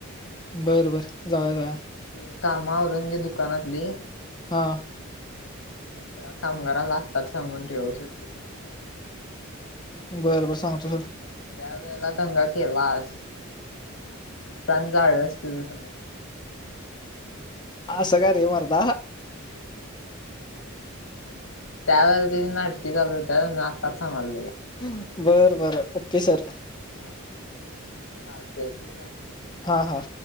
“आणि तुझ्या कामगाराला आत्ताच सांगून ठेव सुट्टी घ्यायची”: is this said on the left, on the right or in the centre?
Left